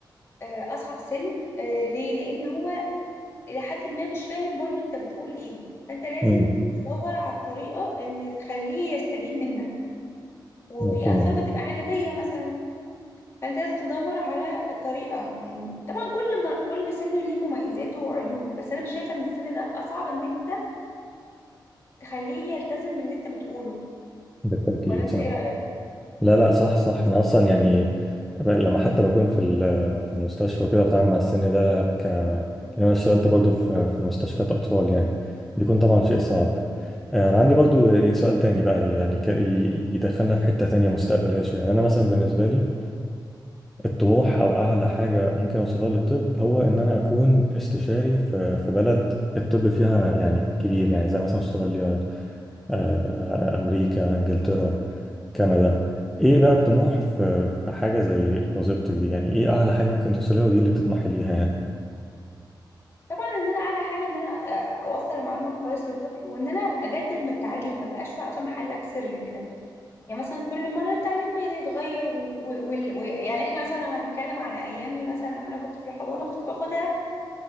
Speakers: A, on the left (about 35°); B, in the centre.
A: أه، أصعب سن أه، ليه؟ لأن هو إلى حد ما مش فاهم برضو أنت بتقول إيه فأنت لازم
B: امم
A: تدور على الطريقة اللي تخليه يستجيب منك وفي
B: مفهوم
A: أطفال بتبقى عنادية مثلا فانت لازم تدور على طريقه يعني طبعا كل ما كل سن ليه مميزاته وعيوبه بس انا مش شايفه ان السن ده اصعب ان انت تخليه يلتزم باللي انت بتقوله
B: بالتأكيد
A: ولا انت
B: صح
A: ايه رايك
B: لا لا صح صح انا اصلا يعني ب- لما حتى بكون في ال- في المستشفى كده بتعامل مع السن ده ك لأن انا اشتغلت برضو في في مستشفيات اطفال يعني بيكون طبعا شيء صعب آه، انا عندي برضو سؤال تاني بقى يعني ك... ي- يدخلنا في حتة تانية مستقبلية شوية يعني انا مثلا بالنسبة لي الطموح او اعلى حاجة ممكن اوصلها للطب هو ان انا اكون استشاري في في بلد الطب فيها يعني كبير يعني زي مثلا استراليا آه، آه، آه، امريكا انجلترا كندا ايه بقى الطموح في في حاجة زي وظيفتك دي يعني ايه اعلى حاجة ممكن توصليها ودي اللي بتطمحي ليها يعني
A: طبعا ان انا اعلى حاجه ان انا آه، اوصل المعلومه كويس للطفل وان انا اجدد من التعليم ما بقاش واقفه محلك سر كده يعني مثلا كل مره التعليم بيتغير و... و... وال- و... يعني احنا مثلا لو هنتكلم على ايامي مثلا لما انا كنت في الحضانه كنت باخدها